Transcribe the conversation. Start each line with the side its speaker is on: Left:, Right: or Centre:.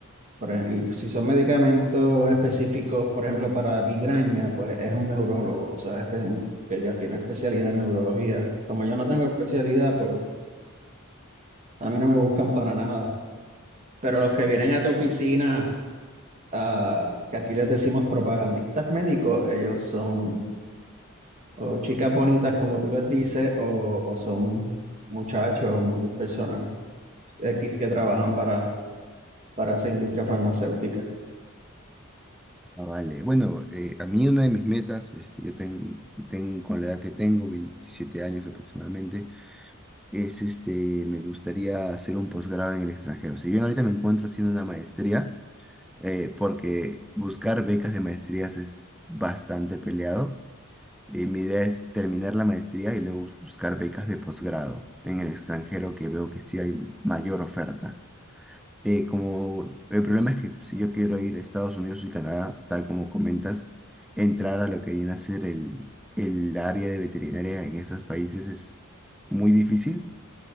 Right: Por e- Y si son medicamentos específicos, por ejemplo, para migraña, pues es un neurólogo, o sea, espe- que ya tiene especialidad en neurología. Como yo no tengo especialidad, pues a mí no me buscan para nada. Pero los que vienen a tu oficina, ah, que aquí les decimos propagandistas médicos, ellos son o chicas bonitas, como tú les dices, o, o son muchachos o mu- personas X que trabajan para, para esa industria farmacéutica.
Centre: Ah, vale, bueno, eh, a mí una de mis metas, este, yo ten- tengo con la edad que tengo, 27 años aproximadamente, es este, me gustaría hacer un posgrado en el extranjero. Si bien ahorita me encuentro haciendo una maestría, eh, porque buscar becas de maestrías es bastante peleado. Eh, mi idea es terminar la maestría y luego bus- buscar becas de posgrado en el extranjero que veo que sí hay mayor oferta. Eh, como el problema es que si yo quiero ir a Estados Unidos y Canadá, tal como comentas, entrar a lo que viene a ser el, el área de veterinaria en esos países es muy difícil.